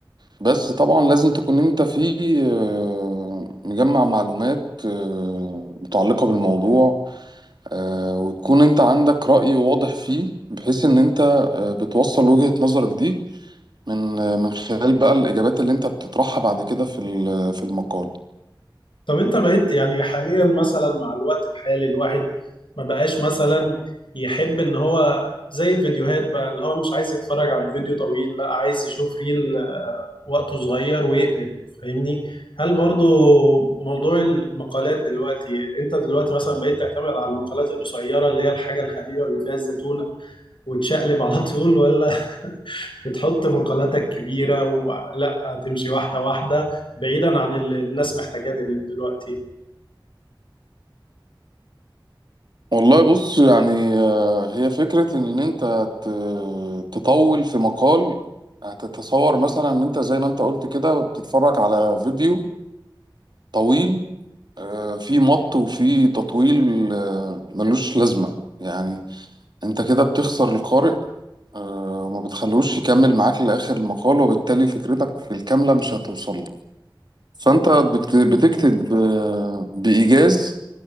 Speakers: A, on the right; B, on the left.
A: بس طبعا لازم تكون انت فيه آه، مجمع معلومات آه، متعلقه بالموضوع آه، وتكون انت عندك راي واضح فيه بحيث ان انت آه، بتوصل وجهه نظرك دي من آه، من خلال بقى الاجابات اللي انت بتطرحها بعد كده في ال- في المقال
B: طب انت بقيت يعني حاليا مثلا مع الوقت الحالي الواحد ما بقاش مثلا يحب ان هو زي الفيديوهات بقى اللي هو مش عايز يتفرج على فيديو طويل لا عايز يشوف ريل آه، وقته صغير ويقلب فاهمني هل برضو موضوع المقالات دلوقتي انت دلوقتي مثلا بقيت تعتمد على المقالات القصيرة اللي هي الحاجة الخفيفة اللي فيها الزتونة وتشقلب على طول ولا <laughs> بتحط مقالاتك كبيرة ولا تمشي واحدة واحدة بعيدا عن اللي الناس محتاجاه دل- دلوقتي
A: والله بص يعني آه، هي فكرة إن أنت ت- تطول في مقال هتتصور مثلا إن أنت زي ما أنت قلت كده بتتفرج على فيديو طويل آه، فيه مط وفيه تطويل آه، ملوش لازمة يعني أنت كده بتخسر القارئ آه، وما بتخلوش يكمل معاك لآخر المقال وبالتالي فكرتك الكاملة مش هتوصل له فأنت بت- بتكتب آه، بإيجاز